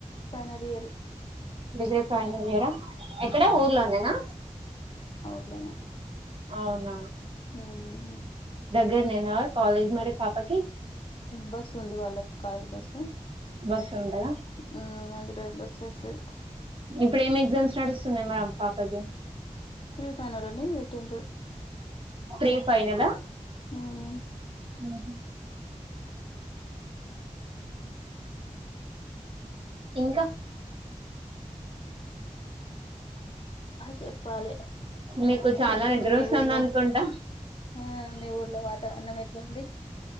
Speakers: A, on the left; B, on the right.
A: final year
B: degree final year ఎక్కడ ఊర్లోనేనా
A: ర్లోనే
B: అవునా
A: మ్మ్
B: దెగ్గరనేనా మరి కాలేజీ మరి పాపకి
A: బస్సు ఉంది వాళ్ళకు కాలజ బస్
B: బస్ ఉంటదా
A: మ్మ్ అందులో ఎల్లోచేస్తది
B: ఇప్పుడు ఏమి ఎగ్జామ్స్ నడుస్తున్నాయి మరి అమ్ పాపకి
A: ఫీ ఫైనల్ అని పెట్టిండ్రు
B: ప్రీ ఫైనలా
A: మ్మ్
B: మ్మహు ఇంకా
A: చెప్పాలె
B: మీకు చాలా
A: ఎట్లుంది
B: నిద్ర
A: మీ
B: వస్తుంది
A: ఊర్లో
B: అనుకుంటా
A: ఆ మీ ఊర్లో వా తవరణం ఎట్లుంది